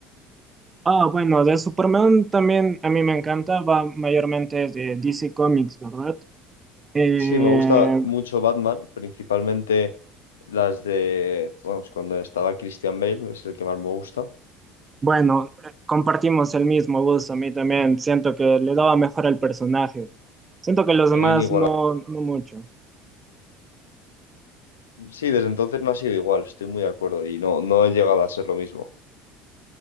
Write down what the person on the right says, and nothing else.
Ah, bueno, de Superman también a mí me encanta, va mayormente de DC Comics, ¿verdad? Eh,
bueno, eh, compartimos el mismo gusto, a mí también siento que le daba mejor al personaje. Siento que los
demás
no, no mucho.